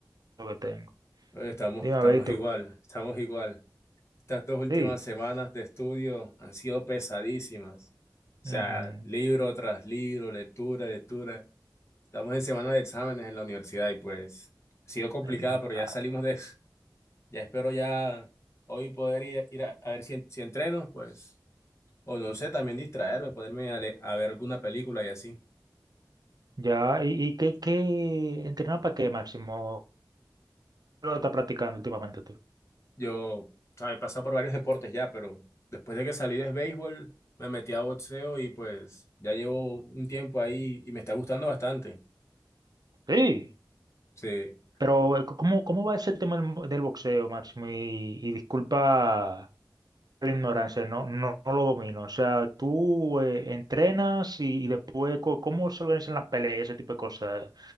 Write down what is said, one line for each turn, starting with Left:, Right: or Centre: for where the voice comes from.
Right: que tengo.
Left: Oye, estamos,
Right: Dime,
Left: estamos
Right: a ver, ¿y tú?
Left: igual, estamos igual. Estas dos últimas
Right: Sí.
Left: semanas de estudio han sido pesadísimas. O sea,
Right: Ujú.
Left: libro tras libro, lectura, lectura. Estamos en semana de exámenes en la universidad y pues ha sido complicada,
Right: Ay, mi
Left: pero
Right: madre.
Left: ya salimos de eso. Ya espero ya hoy poder ir, ir a, a ver si, en- si entreno, pues. O no sé, también distraerme, ponerme a, le- a ver alguna película y así.
Right: Ya, ¿y, y qué, qué entrenar para qué, Máximo? lo estás practicando últimamente tú?
Left: Yo, ¿sabes? He pasado por varios deportes ya, pero después de que salí de béisbol, me metí a boxeo y pues ya llevo un tiempo ahí y me está gustando bastante.
Right: Sí,
Left: Sí, o
Right: pero eh, ¿cómo, cómo va ese tema del, del boxeo, Máximo? Y, y disculpa la ignorancia, no, no, no lo domino. O sea, tú eh, entrenas y, y después, co- ¿cómo se organizan las peleas, ese tipo de cosas?